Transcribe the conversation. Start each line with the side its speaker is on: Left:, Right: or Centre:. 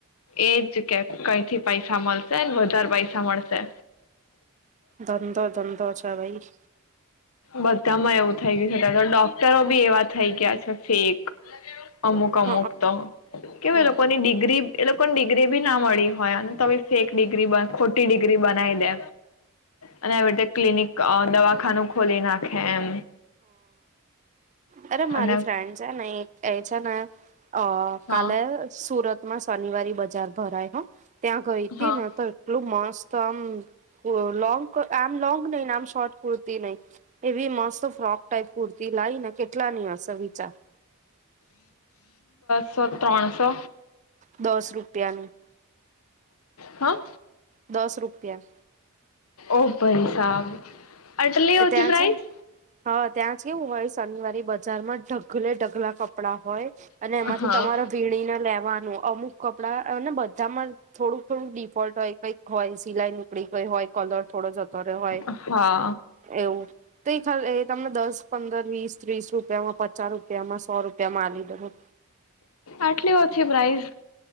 Left: એજ કે. કઈ થી પૈસા મળશે વધારે પૈસા મળશે.
Right: ધંધો ધંધો છે ભાઈ.
Left: બધામાં એવું થઈ ગયું છે ત ડોક્ટરો બી એવા થઈ ગયા છે ફેક. અમુક અમુક
Right: હ હ
Left: તો કેવું
Right: હ
Left: એ લોકોની ડિગ્રી એ લોકોને ડિગ્રી બી ના મળી હોય અને ત ફેક ડિગ્રી ખોટી ડિગ્રી બનાવી દે. અને આ રીતે ક્લિનિક અ દવાખાનું. ખોલી નાખે એમ.
Right: હ અરે મારી
Left: અને
Right: ફ્રેન્ડ છે ને એક એ છે ને અ.
Left: હા
Right: કાલે સુરતમાં શનિવારી બજાર ભરાય. હ હ. ત્યાં ગઈ હતી
Left: હા
Right: ને તો એટલું મસ્ત. આમ લોન્ગ કુ આમ લોગ નહીને આમ શર્ટ કુર્તી નહી એવી મસ્ત. ફ્રોક. ટાઈપ કુર્તી લાઇ ને કેટલા ની હશે. <unintelligible>
Left: બસો ત્રણસો.
Right: દસ રૂપિયાની.
Left: હા.
Right: દસ રૂપિયા.
Left: ઓ ભાઈ સાબ અટલી
Right: એ
Left: ઓછી
Right: ત્યાં
Left: પ્રાઈઝ
Right: છે ને હા ત્યાં કેવું હોય શનિવારે બજારમાં ઢગલે ઢગલા કપડા હોય. અને એમાંથી
Left: હા
Right: તમારે વીણી ને લેવાનું. અમુક કપડાં અને બધા માં થોડુંક થોડુંક ડિફોલ્ટ હોય. કઈક હોય સિલાઈ નું આપડી કોઈ હોય કલર થોડો જતો રિયો હોય
Left: હા
Right: એવું તો એ ખાલી એ તમને દસ, પંદર, વીસ, ત્રીસ રૂપિયામાં, પચાસ રૂપિયામાં, સો રૂપિયા મા લી દેઉ.
Left: આટલી ઓછી પ્રાઇઝ,